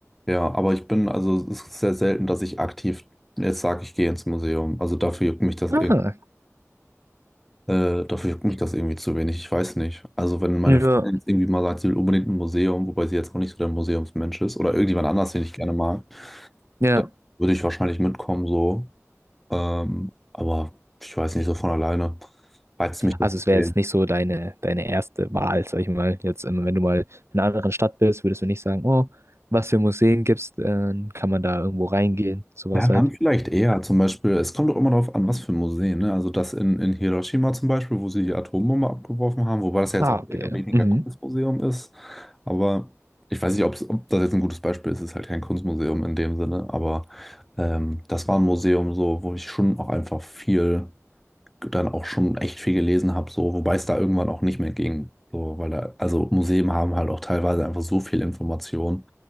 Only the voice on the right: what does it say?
Ah,
ja.
Ja,
also
es wäre
jetzt nicht so deine, deine erste Wahl, sag ich mal. Jetzt, ähm, wenn du mal in einer anderen Stadt bist, würdest du nicht sagen, oh, was für Museen gibt's, äh, kann man da irgendwo reingehen, sowas
halt.
Ah,
okay.
Mhm.